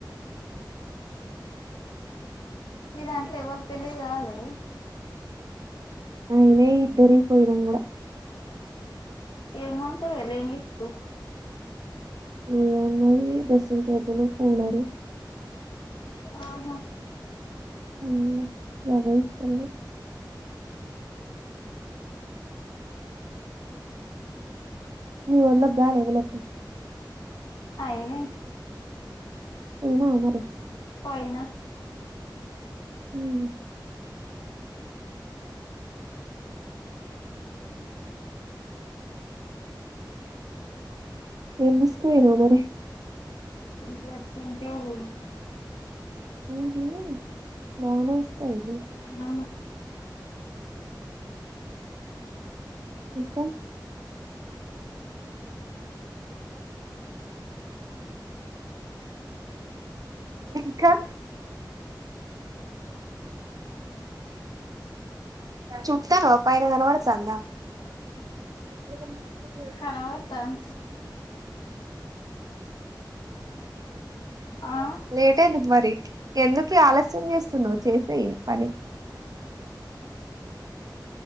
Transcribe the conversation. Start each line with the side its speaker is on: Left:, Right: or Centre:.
Left: మీ దాంట్లో ఎవల్ పెళ్లి కాలె
Right: అయినయ్ ఇద్దరియ్ పోయినం కూడా
Left: ఎం మంత్స్ ఎం చేస్తావు
Right: ఎం ఉన్నాయి డ్రెస్సింగ్ టేబుల్ కూలరు
Left: ఆహా
Right: అ గావే ఇస్తారు మీ వొళ్ళకి గాలేధులకు
Left: ఐనాయి
Right: పోయినవా మరీ
Left: పోయిన
Right: మ్ ఎం తీసుకుపోయినావు మరీ
Left: డ్రీసింగ్ టేబుల్
Right: మ్ మ్మ్మ్ బానే తీసుక పోయినవు
Left: హ
Right: ఇంకా ఇంకా చూతన్నావా పైన్న కనపడతాందా ఎక్కడ కనిపితేలేదు
Left: కనపడతాంది ఆ
Right: లేట్ ఎందుకు మరీ ఎందుకే ఆలస్యం చేస్తునావు చేసే పని